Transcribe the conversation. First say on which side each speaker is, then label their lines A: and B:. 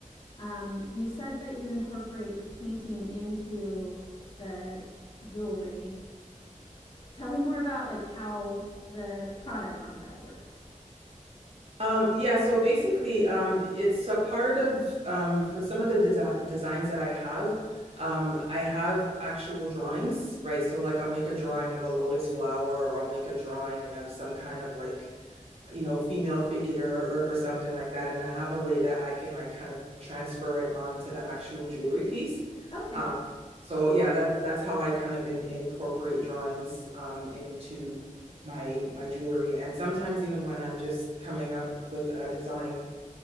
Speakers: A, on the left (about 40°); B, on the right (about 45°).
A: Um, you said that you incorporate painting into the jewelry Tell me more about like how the product concept works.
B: Um, yeah, so basically, um, it's a part of um, for some of the desi designs that I have, um, I have actual drawings, right? So like I'll make a drawing of a lotus flower or I'll make a drawing of some kind of like you know female figure or, or something like that and i have a way that i can like kind of transfer it onto the actual jewelry piece
A: Okay.
B: um, so yeah that that's how i kind of in, incorporate drawings um, into my my jewelry and sometimes even when i'm just coming up with a design